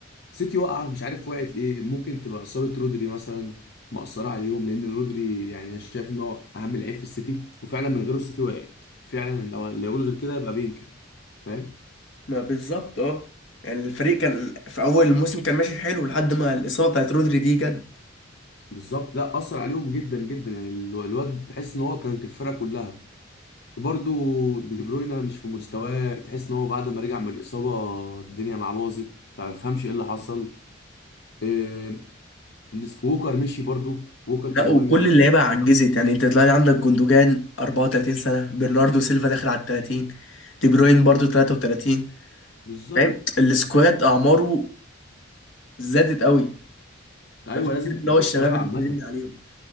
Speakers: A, on the left; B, on the left.
A: سيتي واقعه مش عارف وقعت ليه ممكن تبقى اصابه رودري مثلا مأثره عليهم لان رودري يعني انا شايف ان هو اهم لعيب في السيتي وفعلا من غيره السيتي وقعت فعلا لو اللي يقول غير كده يبقى بينكر فاهم
B: ما بالظبط اه يعني الفريق كان في اول الموسم كان ماشي حلو لحد ما الاصابه بتاعت رودري دي جت
A: بالظبط لا اثر عليهم جدا جدا يعني الو- الواد تحس ان هو كان في الفرقه كلها برضو دي بروينا مش في مستواه تحس ان هو بعد ما رجع من الاصابه الدنيا معاه باظت ما تفهمش ايه اللي حصل إيه السك- ووكر مشي برضو ووكر
B: لا
A: كان
B: وكل
A: مهم انا شايف
B: اللعيبه
A: إن
B: عجزت
A: هو كان مهم.
B: يعني انت تلاقي عندك جوندوجان 34 سنه برناردو سيلفا داخل على ال 30 دي بروين برضو 33
A: بالظبط
B: فاهم السكواد اعماره زادت قوي
A: ايوه
B: مفيش
A: لازم
B: كلام اللي
A: مفيش
B: هو الشباب
A: شباب عامه
B: اللي اتكلمنا عليهم